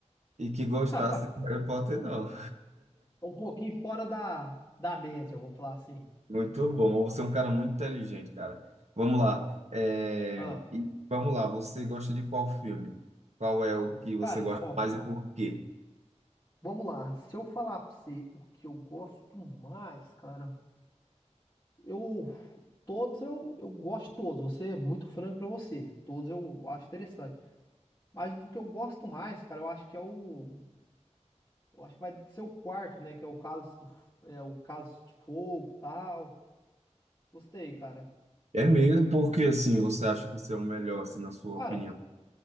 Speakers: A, on the right; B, on the left.
A: e que gostasse
B: <laughs>
A: de Harry Potter, não.
B: Um pouquinho fora da, da média, vamos falar assim.
A: Muito bom, você é um cara muito inteligente, cara. Vamos lá. É,
B: Ah,
A: e vamos lá, você gosta de qual filme? Qual é o que você
B: cara,
A: gosta
B: ó,
A: mais e por quê?
B: vamos lá. Se eu falar pra você o que eu gosto mais, cara, eu. Todos eu, eu gosto de todos, vou ser muito franco pra você. Todos eu acho interessante. Mas o que eu gosto mais, cara, eu acho que é o. Eu acho que vai ser o quarto, né? Que é o Cálice do, é, o Cálice de Fogo e tal. Gostei, cara.
A: É mesmo porque assim você acha que esse é o melhor, assim, na sua
B: Cara,
A: opinião.